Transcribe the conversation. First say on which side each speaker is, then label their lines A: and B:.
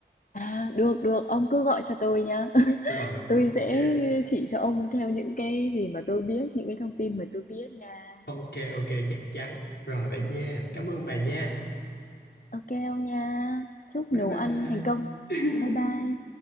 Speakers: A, on the left (about 50°); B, on the left (about 75°).
A: À, được được, ông cứ gọi cho tôi nhá. <laughs>
B: rồi
A: Tôi
B: ok
A: sẽ chỉ cho ông theo những cái gì mà tôi biết, những cái thông tin mà tôi biết nha.
B: Ok, ok, chắc chắn. Rồi vậy nha. Cảm ơn bà nha.
A: Ok ông nha. Chúc
B: Bye
A: nấu
B: bye.
A: ăn thành công. Bye bye.
B: <laughs>